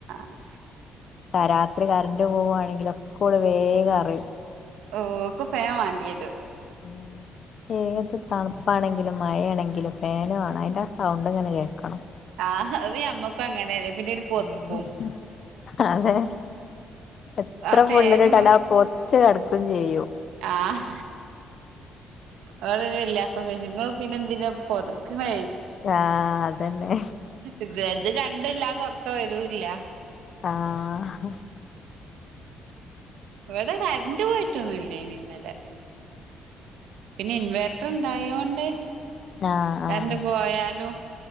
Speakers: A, on the right; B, on the left.
A: ഹ്
B: രാത്രി കറണ്ട് പോവാണെങ്കില് ഒക്കെ ഓള് വേഗം അറിയും
A: ഓ ക്ക് ഫേം വാണ്ടിരും
B: ഉം ഏത് തണുപ്പാണെങ്കിലും മഴ യാണെങ്കിലും ഫേന് വേണം അതിന്റെ ആഹ്‌ സൗണ്ട് ഇങ്ങനെ കേൾക്കണം
A: ആഹ് ഹ്‌ അത് അമ്മക്കും അങ്ങനെല്ലേ പിന്നെ ഒരു പൊത്പ്പും
B: ഉം അതെ എത്ര
A: ആ
B: ഫുള്ളിലിട്ടാല്
A: ഫാനും
B: അഹ് പൊത്ച്ച് കിടക്കയും ചെയ്യൂ
A: ആഹ്‌ ന്നോട് വെല്യാപ്പ ഒക്കെ ചോയ്ച്ചും ഇങ്ങള് പിന്നെ എന്തിനാ പൊതക്ക്ണെ
B: ആഹ്‌ അതന്നെ
A: ഇഹ്‌ ഇത് രണ്ട ഇല്ലാതെ ഉറക്ക വരൂല്ല
B: ആഹ്‌
A: ഇവടെ കറണ്ട് പോയിട്ടൊന്നുംല്ലേ നി ഇന്നലെ പിന്നെ ഇൻവേർറ്റർ ഇണ്ടായോണ്ട്
B: ആഹ്
A: കര്ണ്ട്
B: ആഹ്
A: പോയാലും